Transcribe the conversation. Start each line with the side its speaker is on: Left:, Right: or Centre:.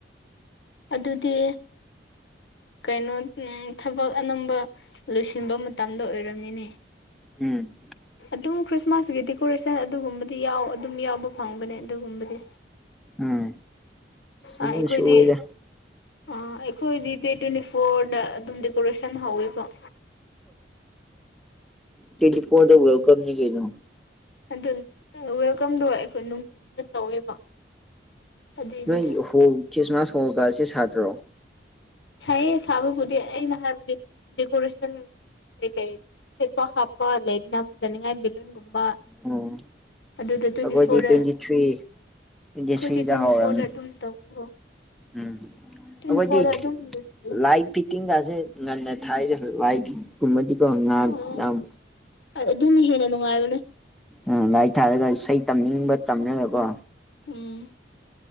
Left: ꯑꯗꯨꯗꯤ ꯀꯩꯅꯣ ꯊꯕꯛ ꯑꯅꯝꯕ ꯂꯣꯏꯁꯤꯟꯕ ꯃꯇꯝꯗ ꯑꯣꯏꯔꯝꯅꯤꯅꯦ
Centre: ꯎꯝ
Left: ꯑꯗꯨꯝ ꯈ꯭ꯔꯤꯁꯃꯥꯁꯀꯤ ꯗꯦꯀꯣꯔꯦꯁꯟ ꯑꯗꯨꯒꯨꯝꯕꯗꯤ ꯌꯥꯎ ꯑꯗꯨꯝ ꯌꯥꯎꯕ ꯐꯪꯕꯅꯦ ꯑꯗꯨꯒꯨꯝꯕꯗꯤ
Centre: ꯎꯝ ꯑꯗꯨꯝ
Left: ꯑꯩꯈꯣꯏꯗꯤ
Centre: ꯁꯨ ꯑꯣꯏꯗ
Left: ꯑ ꯑꯩꯈꯣꯏꯗꯤ ꯗꯦꯠ ꯇ꯭ꯋꯦꯟꯇꯤ ꯐꯣꯔꯗ ꯑꯗꯨꯝ ꯗꯦꯀꯣꯔꯦꯁꯟ ꯍꯧꯋꯦꯀꯣ
Centre: ꯇꯗꯤ ꯐꯣꯟꯗ ꯋꯦꯜꯀꯝꯅꯤ ꯀꯩꯅꯣ
Left: ꯑꯗꯨ ꯋꯦꯜꯀꯝꯗꯣ ꯑꯩꯈꯣꯏ ꯅꯨꯡꯊꯤꯜꯗ ꯇꯧꯋꯦꯕ ꯑꯗꯨꯏꯅꯤꯗ
Centre: ꯅꯣꯏ ꯍꯣ ꯈ꯭ꯔꯤꯁꯃꯥꯁ ꯍꯣꯜꯒꯁꯤꯦ ꯁꯥꯠꯇ꯭ꯔꯣ
Left: ꯁꯥꯏꯌꯦ ꯁꯥꯕꯕꯨꯗꯤ ꯑꯩꯅ ꯍꯥꯏꯕꯗꯤ ꯗꯦꯀꯣꯔꯦꯁꯟ ꯀꯩ ꯀꯩ ꯊꯦꯠꯄ ꯍꯥꯞꯄ ꯂꯩꯅꯤꯅ ꯐꯖꯅꯤꯉꯥꯏ ꯕꯦꯂꯨꯟꯒꯨꯝꯕ
Centre: ꯑꯣ
Left: ꯑꯗꯨꯗ ꯇ꯭ꯋꯦꯟꯇꯤ
Centre: ꯑꯒꯋꯥꯖꯤ
Left: ꯐꯣꯔꯗ
Centre: ꯇ꯭ꯋꯦꯟ ꯊ꯭ꯔꯤ
Left: ꯑꯩꯈꯣꯏꯗꯤ
Centre: ꯦꯁꯔꯤꯗ
Left: ꯇ꯭ꯋꯦꯟꯇꯤ
Centre: ꯍꯧꯥꯎꯔꯝꯅꯤ
Left: ꯐꯣꯔꯗ ꯑꯗꯨꯝ ꯇꯧꯋꯦꯕ
Centre: ꯎꯝ
Left: ꯇ꯭ꯋꯦꯟꯇꯤ
Centre: ꯑꯩꯈꯣꯏꯗꯤ
Left: ꯐꯣꯔꯗ ꯑꯗꯨꯝ ꯂꯣꯏꯁꯤꯜꯂꯦ
Centre: ꯂꯥꯏ ꯐꯤꯇꯤꯡꯒꯥꯁꯦ ꯉꯟꯅ ꯊꯥꯏꯗ ꯂꯥꯏꯒꯨꯝꯕꯗꯤꯀꯣ ꯉꯥꯟ
Left: ꯑꯣ
Centre: ꯌꯥꯝ
Left: ꯑꯗꯨꯅ ꯍꯦꯟꯅ ꯅꯨꯡꯉꯥꯏꯕꯅꯦ
Centre: ꯎꯝ ꯂꯚꯥꯏ ꯊꯥꯔꯒ ꯏꯁꯩ ꯇꯝꯅꯤꯡꯕ ꯇꯝꯅꯦꯔꯀꯣ
Left: ꯎꯝ